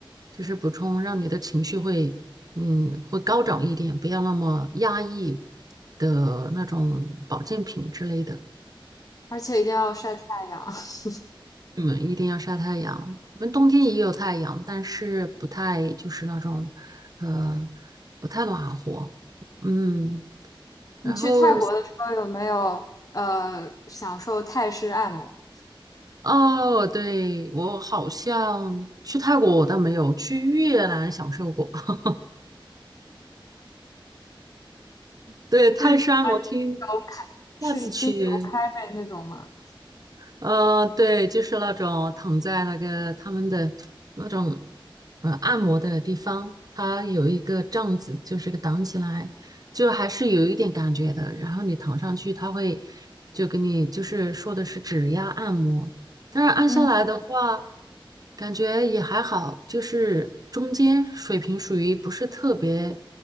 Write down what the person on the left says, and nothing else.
而且一定要晒太阳。<laughs>
你去泰国的时候有没有呃享受泰式按摩？
是什么精油开，是精油开背那种吗？
嗯。